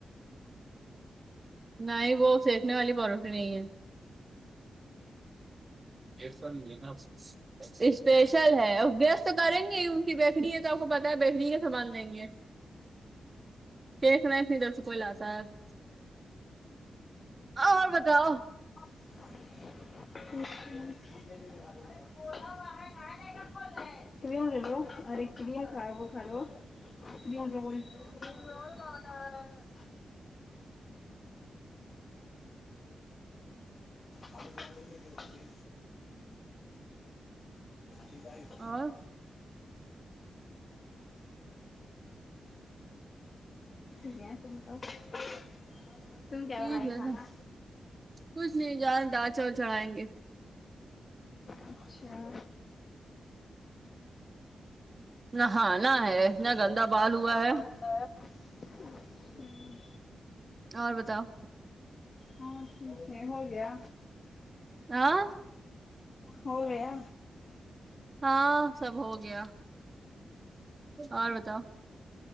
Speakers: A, on the right (about 35°); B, on the left (about 50°).
A: نہیں وہ سیکنے والی پروٹھی نہیں ہے یہ فن لین <unintelligible> اسپیشل ہے اور گیسٹ تو کریں گے ہی ان کی بیکری ہے تو آپ کو پتا ہے بیکری کا سامان دیں گے کیک نہیں ندر سکئی ل ح <unintelligible> اور بتاؤ
B: گ ن کیا ف ہے <unintelligible> للو اور ک لی خراب خاالو <unintelligible> یے رول مجھ رول کہانا ہے آب بے کہ ج بائی <unintelligible>
A: اور
B: ج سمتاؤ <unintelligible> تم
A: ٹھیک
B: کیا بنائی
A: ہے
B: کھانا
A: نا کچھ نہیں جا دال چاول چڑھائیں گے
B: اچھا
A: نہانا ہے
B: پند
A: اتنا گندا بال ہوا
B: ندا
A: ہے
B: پال پ <unintelligible> ہمم
A: اور بتاؤ
B: ہاں ہو گیا
A: ہاں
B: ہوگیا
A: ہاں سب ہو گیا اور بتاؤ